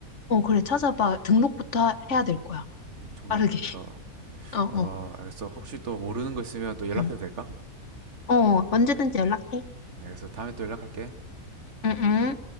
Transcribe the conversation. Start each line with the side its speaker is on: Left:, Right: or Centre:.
Left: 어, 그래, 찾아봐. 등록부터 하- 해야 될 거야.
Right: 음, 등록부터.
Left: 빠르게. <laughs> 어, 어.
Right: 어, 알겠어. 혹시 또 모르는 거 있으면 또 연락해도
Left: 응.
Right: 될까?
Left: 어, 언제든지 연락해.
Right: 음, 알겠어. 다음에 또 연락할게.
Left: 응, 응.